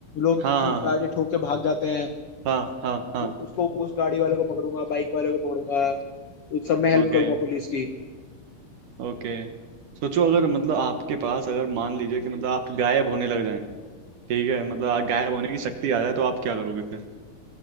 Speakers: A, on the left (about 80°); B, on the right (about 60°).
A: लोग
B: हाँ हाँ
A: गाड़ी ठोक के भाग जाते हैं
B: हाँ हाँ हाँ हाँ
A: वो- उसको उस गाड़ी वाले को पकड़ूंगा बाइक वाले को पकड़ूंगा उस सब में हेल्प
B: ओके
A: करूंगा पुलिस की
B: ओके सोचो अगर मतलब आपके पास अगर मान लीजिए कि मतलब आप गायब होने लग जाएं ठीक है मतलब आप गायब होने की शक्ति आ जाए तो आप क्या करोगे फिर